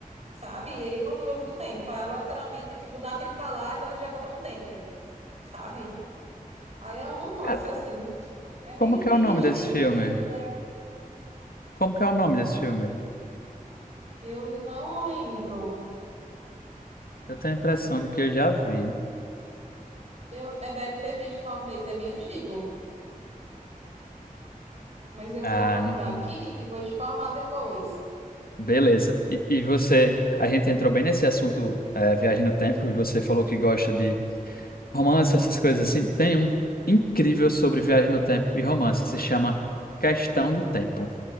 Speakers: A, on the right; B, on the left.
A: sabe? E Ele não dura muito tempo. Aí ela literalmente, tipo, nada ele tá lá e nada ele já volta no tempo, sabe? Aí é um romance,
B: Cara,
A: assim. É meio
B: como que
A: triste,
B: é o nome desse filme?
A: meio like.
B: Como que é o nome desse filme?
A: Eu não lembro.
B: Eu tenho a impressão de que eu já vi.
A: Eu, é, deve ter visto, talvez, é bem antigo. Mas eu
B: Ah,
A: vou procurar
B: não.
A: aqui e vou te formar depois.
B: Beleza. E, e você, a gente entrou bem nesse assunto, eh, viagem no tempo, e você falou que gosta de romance, essas coisas assim. Tem um incrível sobre viagem no tempo e romance. Se chama Questão de Tempo.